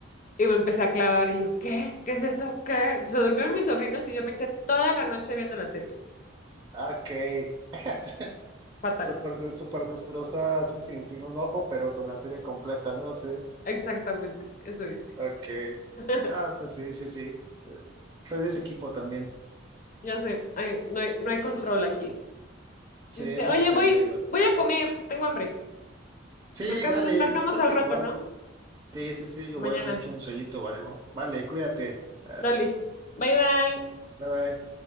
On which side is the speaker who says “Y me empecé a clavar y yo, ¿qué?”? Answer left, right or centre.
Left